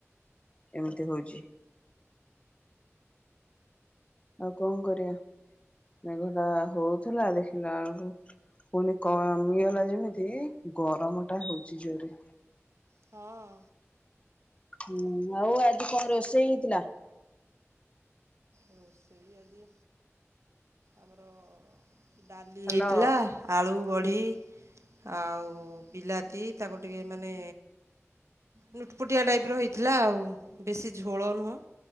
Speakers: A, on the left; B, on the right.
A: ଏମିତି ହଉଛି। ଆଉ କଣ କରିବା ମେଘ ଟା ହଉଥିଲା ଦେଖିଲା ବେଳକୁ। ପୁଣି କମିଇଗଲା ଯେମିତି ଗରମ ଟା ହଉଛି ଜୋରେ।
B: ହଁ।
A: ହୁଁ ଆଉ ଆଜି କଁ ରୋଷେଇ ହେଇଥିଲା।
B: ରୋଷେଇ ଆଜି ଆମର ଡାଲି
A: ହ୍ୟାଲୋ
B: ହେଇଥିଲା। ଆଳୁ ବଢ଼ି ଆଉ ବିଲାତି ତାକୁ ଟିକେ ମାନେ। ନୁଟପୁଟିଆ ଟାଇପ ର ହେଇଥିଲା ଆଉ ବେଶୀ ଝୋଳ ନୁହଁ।